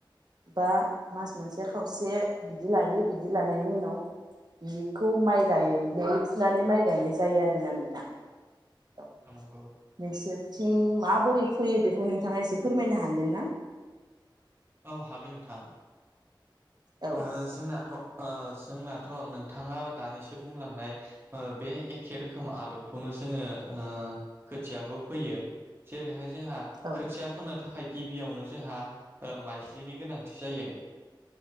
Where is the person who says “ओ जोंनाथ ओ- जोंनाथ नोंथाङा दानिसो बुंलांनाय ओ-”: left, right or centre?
Right